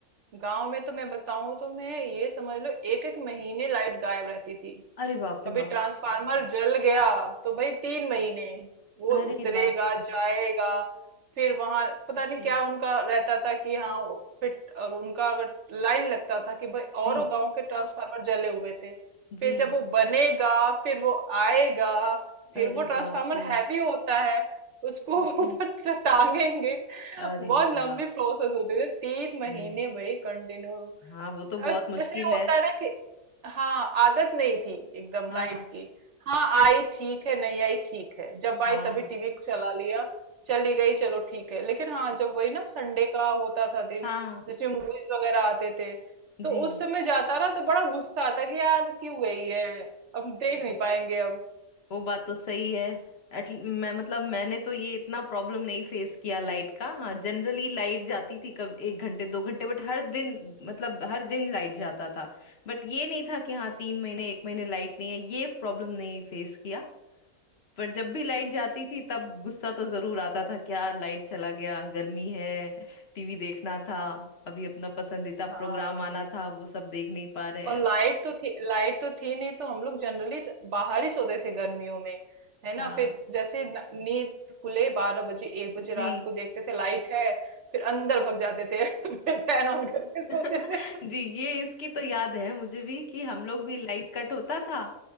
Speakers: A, on the right; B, on the left.
A: गांव में तो मैं बताऊं तुम्हें ये समझ लो एक एक महीने लाइट गायब रहती थी
B: अरे बाप रे
A: कभी
B: बाप
A: ट्रांसफार्मर जल गया तो भाई तीन महीने वो
B: अरे
A: उतरेगा
B: बाप रे
A: जाएगा फिर वहां पता
B: ओके
A: नहीं क्या उनका रहता था कि हाँ वो- फिर अ, उनका अगर लाइन लगता था कि भाई
B: जी
A: औरों गांव के ट्रांसफार्मर जले हुए थे फिर
B: जी
A: जब वो बनेगा फिर वो आएगा फिर
B: अरे
A: वो ट्रांसफार्मर
B: बाप रे
A: हैवी होता है उसको
B: ओके
A: <laughs> ऊपर टांगेंगे
B: अरे
A: बहुत
B: बाबा
A: लंबी प्रोसेस होती थी तीन महीने
B: नहीं
A: भाई कंटिन्यू
B: हाँ वो तो बहुत
A: और
B: मुश्किल
A: जैसे होता
B: है
A: है ना कि हाँ आदत नहीं थी एकदम
B: हाँ
A: लाइट की हाँ आई ठीक है नहीं आई ठीक है जब आई
B: हाँ
A: तभी टीवी चला लिया चली गई चलो ठीक है लेकिन हाँ जब वही ना संडे का होता था दिन
B: हाँ
A: जिसमें मूवीज वगैरह आते थे तो
B: जी
A: उस समय जाता ना तो बड़ा गुस्सा आता कि यार क्यों गई है अब देख
B: जी
A: नहीं पाएंगे अब
B: वो बात तो सही है एट मैं मतलब मैंने तो ये इतना प्रॉब्लम नहीं फेस किया लाइट का हाँ जनरली लाइट जाती थी कब एक घंटे दो घंटे बट हर दिन मतलब हर दिन लाइट जाता था बट ये नहीं था कि हाँ तीन महीने एक महीने लाइट नहीं है ये प्रॉब्लम नहीं फेस किया पर जब भी लाइट जाती थी तब गुस्सा तो जरूर आता था कि यार लाइट चला गया गर्मी है टीवी देखना था अभी अपना पसंदीदा
A: हाँ
B: प्रोग्राम आना था वो सब देख नहीं पा रहे हैं
A: और लाइट तो थी लाइट तो थी नहीं तो हम लोग जनरली बाहर ही सोते थे गर्मियों में है ना
B: हाँ
A: फिर जैसे न- नींद खुले बारह बजे एक
B: जी
A: बजे रात को देखते थे लाइट है फिर अंदर भग जाते थे <laughs> फिर फैन ऑन करके सोते
B: <laughs>
A: थे
B: जी ये इसकी तो याद है मुझे भी कि हम लोग भी लाइट कट होता था